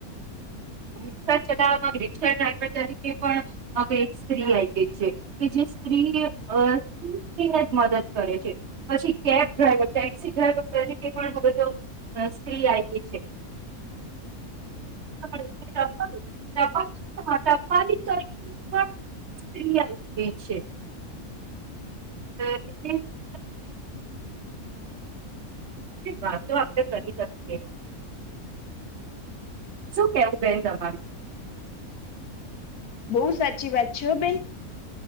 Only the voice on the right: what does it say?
રિક્ષા ચલાવવામાં રિક્ષા ડ્રાઈવર તરીકે પણ હવે એક સ્ત્રી આવી ગઈ છે. કે જે સ્ત્રી અ સ્ત્રી સ્ત્રીને જ મદદ કરે છે. પછી કેબ ડ્રાઈવર ટેક્સી ડ્રાઈવર. પણ હવે તો સ્ત્રી આઈ ગઈ છે. <unintelligible> ટપલી તરીકે પણ. સ્ત્રી આઈ ગઈ છે. <unintelligible> વાતો આપણે કરી શકીએ. શું કેવું બેન તમારું.